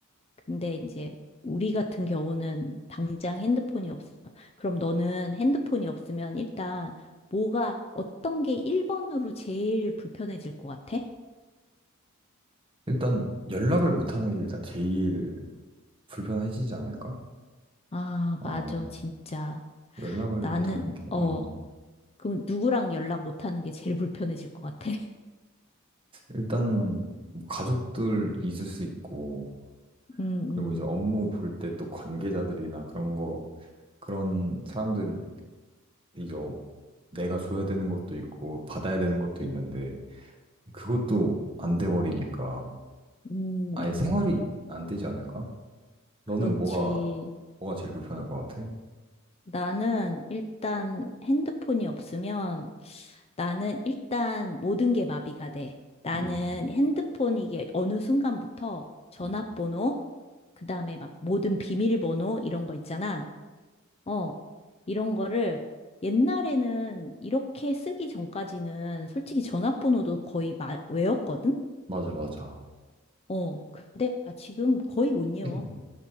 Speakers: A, on the left; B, on the right.
A: 근데 이제 우리 같은 경우는 당장 핸드폰이 없어. 그럼 너는 핸드폰이 없으면 일단 뭐가 어떤 게 1번으로 제일 불편해질 것 같아?
B: 일단 연락을 못하는 게 일단 제일 불편해지지 않을까?
A: 아,
B: 어,
A: 맞아, 진짜.
B: 연락을
A: 나는,
B: 못하는 게,
A: 어,
B: 음.
A: 그럼 누구랑 연락 못하는 게 제일 <laughs> 불편해질 것 같아. <laughs>
B: 일단은 뭐 가족들 있을 수 있고,
A: 음,
B: 그리고 이제 업무
A: 음,
B: 볼 때 또 관계자들이나 그런 거, 그런 사람들이 이제 어- 내가 줘야 되는 것도 있고, 받아야 되는 것도 있는데, 그것도 안 돼 버리니까
A: 음,
B: 아예
A: 음.
B: 생활이 안 되지 않을까? 너는
A: 그렇지.
B: 뭐가, 뭐가 제일 불편할 것 같아?
A: 나는 일단 핸드폰이 없으면 나는 일단 모든 게 마비가 돼. 나는
B: 음,
A: 핸드폰 이게 어느 순간부터 전화번호,
B: 음.
A: 그 다음에 막 모든 비밀번호 이런 거 있잖아. 어, 이런 거를 옛날에는 이렇게 쓰기 전까지는 솔직히 전화번호도 거의 마, 외웠거든?
B: 맞아, 맞아.
A: 어, 근데 나 지금 거의 못 외워.
B: 음,